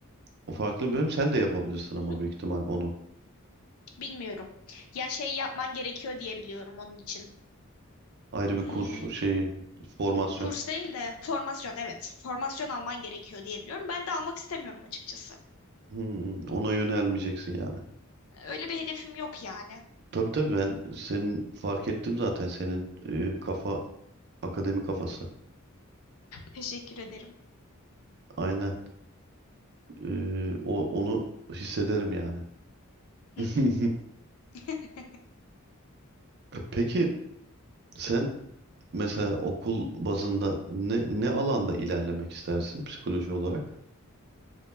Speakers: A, on the right; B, on the left.
A: O farklı bir bölüm sen de yapabilirsin
B: Hı
A: ama
B: hı,
A: büyük ihtimal onu.
B: bilmiyorum. Ya şey yapman gerekiyor diye biliyorum onun için.
A: Ayrı bir
B: Hmm,
A: kurs şeyi formasyon.
B: kurs değil de formasyon evet. Formasyon alman gerekiyor diye biliyorum. Ben de almak istemiyorum açıkçası.
A: Hmm, ona yönelmeyeceksin yani.
B: Öyle bir hedefim yok yani.
A: Tabii tabii ben senin fark ettim zaten senin e, kafa akademi kafası.
B: Teşekkür ederim.
A: Aynen. Ee, o, onu hissederim yani.
B: Hı
A: <laughs>
B: hı. <laughs>
A: Peki sen mesela okul bazında ne ne alanda ilerlemek istersin psikoloji olarak?